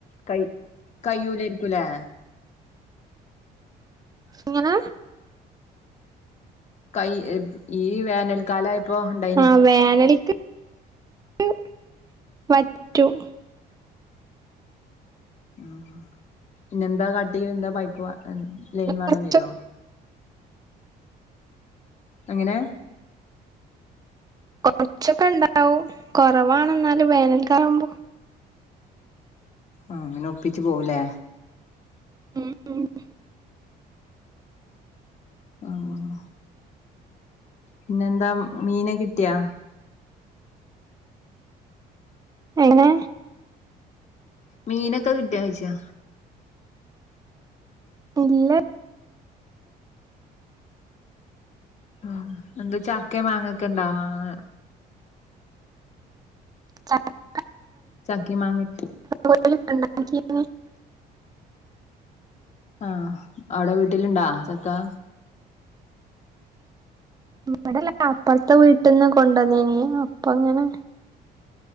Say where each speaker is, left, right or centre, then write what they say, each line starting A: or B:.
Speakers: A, on the left (about 40°); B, on the right (about 20°).
A: കൈ കയ്യൂലേര്ക്കൂലെ
B: എങ്ങന
A: കൈ ഈ വേനൽ കാലായപ്പോ ഇണ്ടാ
B: ആഹ് വേനൽക്ക് ക്ക് വറ്റും
A: ആഹ് പിന്നെന്താ കാട്ടി എന്താ പൈപ്പ് വ ലൈൻ വെള്ളം
B: കൊറച്ച്
A: വരോ എങ്ങനെ
B: കൊറച്ചൊക്കെ ഇണ്ടാവും കൊറവാണെന്നാലും വേനൽക്കാവുമ്പോ
A: ആഹ് അങ്ങനെ ഒപ്പിച്ച് പോവുല്ലേ
B: ഉം മ്ഹ്
A: ആഹ് പിന്നെന്താ മീന് കിട്ടിയാ
B: എങ്ങനെ
A: മീനൊക്കെ കിട്ടിയാ ചോയ്ച്ചാ
B: ഇല്ല
A: ആഹ് എന്ത്‌ ചക്കേ മാങ്ങേക്ക ഇണ്ടാ മാങ്ങ
B: ചക്ക
A: ചാക്കേം മാങ്ങേം
B: <unintelligible> <unintelligible>
A: ആഹ് അവിടെ വീട്ടിലുണ്ടാ ചക്ക
B: ഇവടല്ല അപ്പറത്തെ വീട്ട്ന്ന് കൊണ്ടു വന്നേന് അപ്പ അങ്ങനെ